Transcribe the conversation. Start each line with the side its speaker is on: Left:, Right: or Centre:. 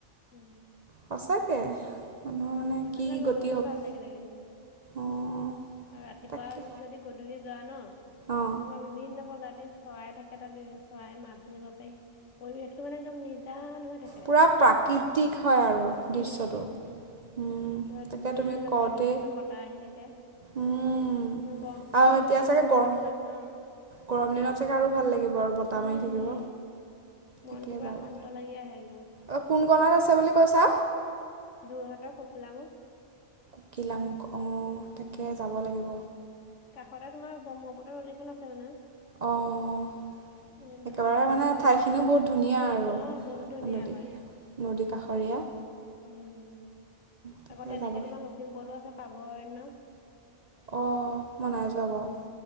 Left: উম।
Right: সঁচাকে, মানুহৰ মানে
Left: সেইখনলে
Right: কি
Left: গৈ
Right: গতি
Left: বহুত
Right: হ'ব।
Left: ভাল লাগিলে কিন্তু
Right: অঁ
Left: আৰু ৰাতিপুৱা
Right: তাকে
Left: যদি গধূলি যোৱা ন
Right: অঁ
Left: তোমাৰ- বিভিন্ন প্ৰজাতিৰ চৰাই থাকে তাত বি চৰাই মাত শুনিব পাৰি। পৰিৱেশটো মানে একদম নিজান হৈ থাকে।
Right: পূৰা প্ৰাকৃতিক
Left: উম,
Right: হয় আৰু দৃশ্যটো
Left: উম।
Right: উম,
Left: তাত
Right: তাকে
Left: ধুনীয়া
Right: তুমি
Left: একদম
Right: কওঁতেই
Left: মৃদু মৃদু বতাহ আহি থাকে-
Right: উম,
Left: গ-
Right: আৰু
Left: মানে
Right: এতিয়া
Left: গ'লে মানে
Right: চাগে
Left: মনটো
Right: গৰম
Left: তোমাৰ অ'।
Right: গৰম দিনত চাগে আৰু ভাল লাগিব আৰু বতাহ
Left: উম
Right: মাৰি থাকিব।
Left: উম
Right: তাকে
Left: মনটো পুৰা
Right: যাবা
Left: শান্ত লাগি আহে একদম।
Right: অ' কোন কণাত আছে বুলি কৈছা?
Left: যোৰহাটৰ ককিলাামুখ
Right: ককিলাামুখ অ' তাকে যাব লাগিব।
Left: কাষতে তোমাৰ ব্ৰহ্মপুত্ৰ নদীখন আছে মানে।
Right: অ'।
Left: এ
Right: একেবাৰে
Left: ধুনীয়া একদম
Right: মানে ঠাইখিনিও বহুত
Left: বত
Right: ধুনীয়া আৰু
Left: অ বহুত ধুনীয়া
Right: নদী
Left: হয়
Right: নদী কাষৰীয়া
Left: উম
Right: তাকে
Left: আকৌ তেনেকে
Right: যাব।
Left: তোমাৰ লখিমপুৰটো আছে পাভৰণ্য
Right: অ' মই নাই যোৱা বাৰু।